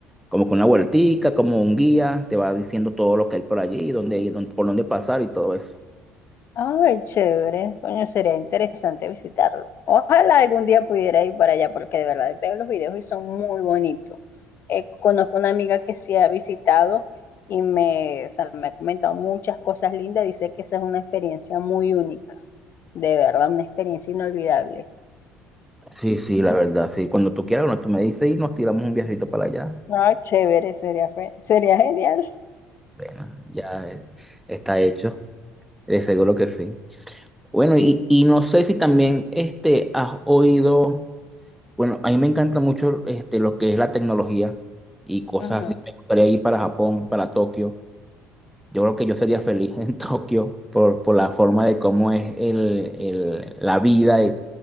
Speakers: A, in the centre; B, on the left (about 50°).
A: como con una vueltica, como un guía, te va diciendo todo lo que hay por allí, dónde, dónde- por dónde pasar y todo eso.
B: Ay, chévere. Coño, sería interesante visitarlo. Ojalá algún día pudiera ir para allá porque de verdad veo los videos y son muy bonitos. Eh, conozco una amiga que sí ha visitado y me, o sea, me ha comentado muchas cosas lindas. Dice que esa es una experiencia muy única. De verdad, una experiencia inolvidable.
A: Sí, sí, la verdad, sí. Cuando tú quieras, bueno, tú me dices y nos tiramos un viajecito para allá.
B: Ay, chévere, sería, fe- sería genial.
A: Bueno, ya eh, está hecho, de seguro que sí. Bueno, y, y no sé si también este, has oído, bueno, a mí me encanta mucho este, lo que es la tecnología y cosas
B: Ujú.
A: así. Me gustaría ir para Japón, para Tokio. Yo creo que yo sería feliz en <laughs> Tokio por, por la forma de cómo es el, el- la vida. Eh,